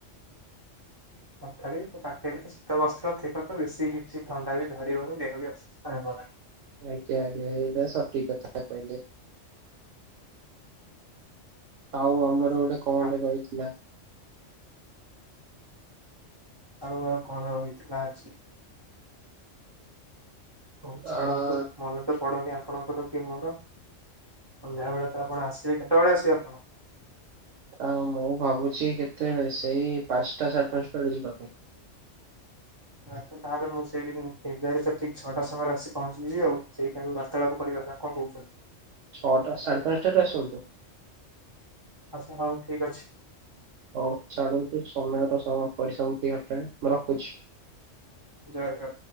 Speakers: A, on the right; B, on the right.
A: ତଥାପି ତୋ ପାଖରେ ତ ଶୀତ ବସ୍ତ୍ର ଥିବ ତ ବେଶୀ କିଛି ଥଣ୍ଡା ବି ଧରିବନି ଦେହ ବି ଅସୁ <unintelligible>
B: ଆଜ୍ଞା ଆଜ୍ଞା ଏଇଟା ସଠିକ୍ କଥା କହିଲେ। ଆଉ ଆମର
A: ହଁ।
B: ଗୋଟେ କଣ
A: ଆ
B: ଟେ ରହିଥିଲା
A: ଆଉ ଆଉ କଣ ରହିଥିଲା ଆଜି ହଉ ଛାଡ଼ନ୍ତୁ।
B: ଆ
A: ମନେ ତ ପଡ଼ନି ଆପଣଙ୍କର କି ମୁଣ୍ଡ, ସନ୍ଧ୍ୟାବେଳେ ତ ଆପଣ ଆସିବେ କେତେବେଳେ ଆସିବେ ଆପଣ?
B: ଆ ମୁଁ ଭାବୁଚି କେତେବେଳେ ସେଇ ପାଞ୍ଚଟା ସାଢେ ପାଞ୍ଚଟା ବେଳେ ଯିବା ପାଇଁ।
A: ଆଚଛା ତାହେଲେ ମୁଁ ସେଇଠିିକ୍ ମୁଁ ତ ଠିକ ଛଅଟା ସମୟରେ ଆସି ପହଞ୍ଚିଯିବି ଆଉ ସେଇ ଟାଇମ ବାର୍ତ୍ତାଳାପ କରିବା ନା। <unintelligible>
B: ଛଅଟା ସାଢ଼େ ପାଞ୍ଚଟାରେ ଆସନ୍ତୁ।
A: ଆଚ୍ଛା ହଉ ଠିକ ଅଛି।
B: ହଉ ଛାଡନ୍ତୁ ସମୟର ସମ ପରିସମପ୍ତି ଘଟିଲାନି ମୁଁ ରଖୁଛି।
A: ଜୟାଗ